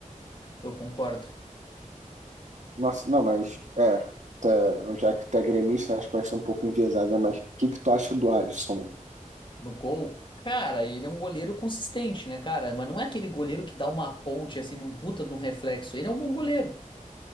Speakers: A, on the left; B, on the right.
A: eu concordo.
B: Nossa, não, mas é, tá- já que tu é gremista, acho que vai ser um pouco enviesadas, mas o que que tu acha do Alisson?
A: No gol, cara, ele é um goleiro consistente, né, cara? Mas não é aquele goleiro que dá uma ponte, assim, num puta de um reflexo. Ele é um bom goleiro.